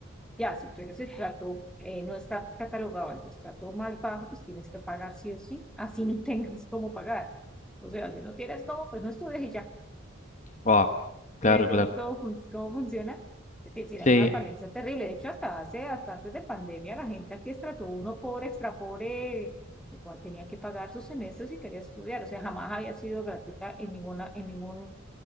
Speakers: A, in the centre; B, on the left.
A: Ya, si tú eres de estrato, eh, no estás catalogado al estrato más bajo, pues tienes que pagar sí o sí, así <laughs> no tengas cómo pagar. O sea, si no tienes cómo, pues no estudies y ya.
B: Wow, claro,
A: ¿Sí me entiendes
B: claro.
A: cómo, fun- cómo funciona? Es decir, era
B: Sí,
A: una falencia terrible. De hecho, hasta hace, hasta antes de pandemia, la gente aquí estrato uno pobre, extra pobre, igual tenía que pagar sus semestres y quería estudiar. O sea, jamás había sido gratuita en ninguna, en ningún,